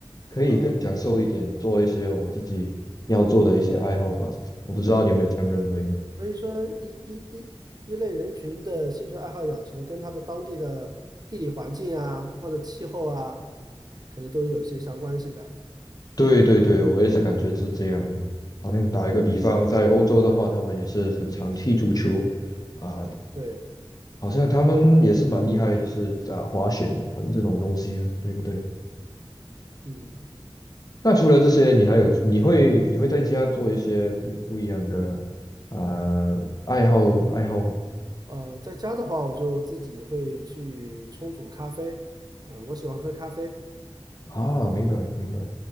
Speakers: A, on the left (about 40°); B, on the right (about 45°).
A: 可以更享受一点，
B: 啊
A: 做一些我自己要做的一些爱好吧。我不知道你有没有这样认为呢？
B: 嗯，所以说一一一一类人群的兴趣爱好养成，跟他的当地的地理环境啊，或者气候啊，可能都有一些相关系的。
A: 对对对，我也是感觉是这样的。好像打一个比方，在欧洲的话，他们也是很常踢足球啊，
B: 对，
A: 好像他们也是蛮厉害，就是啊滑雪玩这种东西啊，对不对？
B: 嗯
A: 那除了这些，你还有你会你会在家做一些不不一样的呃爱好爱好吗？
B: 呃，在家的话，我就自己会去冲煮咖啡啊，我喜欢喝咖啡。
A: 啊，明白明白。